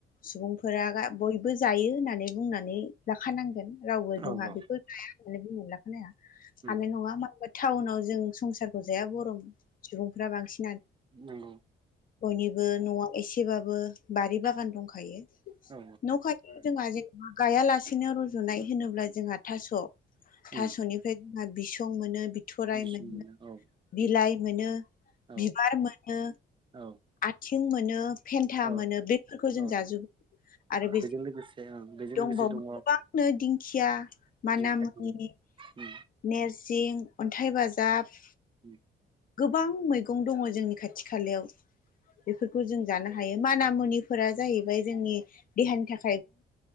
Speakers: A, on the left; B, on the right.
A: सुबुंफोरा बयबो जायो होन्नानै बुंनानै लाखानांगोन। रावबो जोंहा
B: औ औ
A: बेखौ जाया होन्नानै बुंनो ला <inaudible>
B: उम
A: हानाय नङा टाउनाव जों संसारखौ जाया बर' सुबुंफ्रा बांसिन।
B: नोंगौ।
A: बयनि न'आ एसेबाबो बारि बागान दंखायो
B: औ
A: न' खाथि जोंहा जेनेबा गायालासेनो रज'नाय होनोब्ला जोंहा थास'
B: उम
A: थास'निफ्राय हा बिसं मोनो बि थ'राय
B: बिसं
A: मोनो
B: औ
A: बिलाइ मोनो
B: औ
A: बिबार मोनो
B: औ
A: आथिं मोनो। फेन्था
B: औ
A: मोनो बेफोरखौ जों
B: औ
A: जाजोबो आरो बे
B: बेजों लोगोसे ओं बेजों लोगोसे
A: दंबावो
B: दङ
A: गोबांनो दिं खिया माना
B: दिंखिया
A: मुनि
B: दं उम
A: नेरसि जिं अन्थाइ बाजाब
B: उम।
A: गोबां मैगं दङ जोंनि खाथि खालायाव। बेफोरखौ जों जानो हायो माना मुनिफोरा जाहैबाय जोंनि देहानि थाखाय